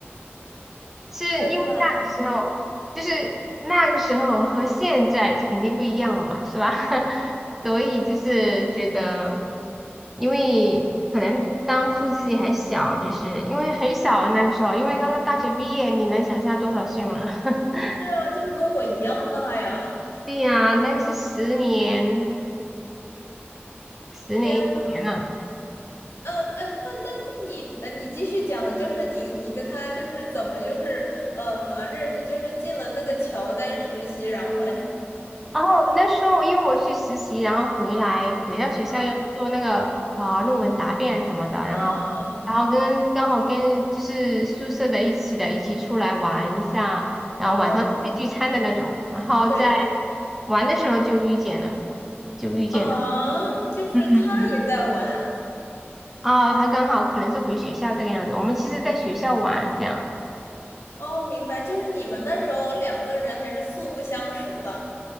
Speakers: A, in the centre; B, on the left.
A: 是因为那个时候就是那个时候和现在就肯定不一样了嘛，
B: 真的，嗯
A: 是吧？<laughs> 所以就是觉得，因为可能当初自己还小，只是因为很小啊那个时候，因为刚刚大学毕业，你能想象多少岁吗？<laughs>
B: 是啊，就是跟我一样大呀！
A: 对呀，那个是十年，十年以前了。
B: 天呐，嗯、嗯、那那那你，呃，你继续讲，就是你你跟他就是怎么就是呃呃认识，就是进了那个乔丹实习，然后嘞，
A: 哦，那时候因为我去实习，然后回来回到学校要做那个呃论文答辩什么的，
B: 嗯
A: 然后然后跟刚好跟就是宿舍的一起的一起出来玩一下，
B: 嗯
A: 然后晚上准备聚餐的那种，
B: 嗯，
A: 然后在
B: 对
A: 玩的时候就遇见了，就遇见了。
B: 啊，就是他也在玩
A: 嗯，哦，他刚好可能是回学校这个样子。我们其实在学校玩这样，
B: 哦，明白，就是你们那时候两个人还是素不相识的